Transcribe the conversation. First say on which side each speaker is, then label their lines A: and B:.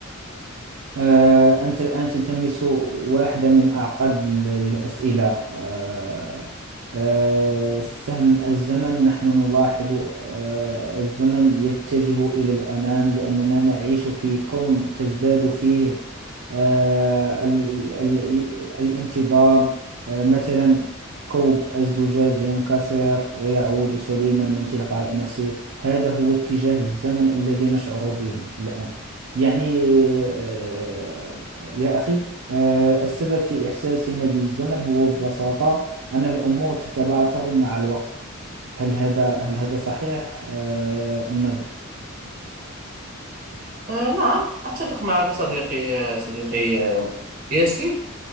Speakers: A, on the right; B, on the right.
A: آه، أنت الآن تلتمس واحدة من أعقد ال- الأسئلة آه، آه، سهم الزمن نحن نلاحظ آه، الزمن يتجه إلى الأمام لأننا نعيش في كون تزداد فيه آه، ال- ال- الانتظام آه، مثلا كوب الزجاج ينكسر ويعود سليما من تلقاء نفسه هذا هو اتجاه الزمن الذي نشعر به الآن يعني آه، يا أخي آه، السبب في إحساسنا بالزمن هو ببساطة أن الأمور تتبعثر مع الوقت هل هذا هل هذا صحيح آه، أم ماذا؟
B: أه نعم أتفق معك صديقي آه، صديقي آه، ياسين